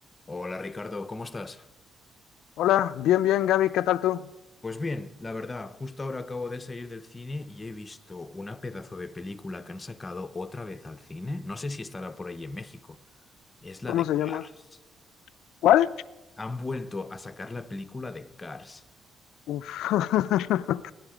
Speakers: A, on the left (about 25°); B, on the left (about 85°).
A: Hola Ricardo, ¿cómo estás?
B: Hola, bien, bien, Gaby, ¿qué tal tú?
A: Pues bien, la verdad, justo ahora acabo de salir del cine y he visto una pedazo de película que han sacado otra vez al cine. No sé si estará por ahí en México. Es la
B: ¿Cómo
A: de
B: se
A: Cars.
B: llama? ¿Cuál?
A: Han vuelto a sacar la película de Cars.
B: Uf. <laughs>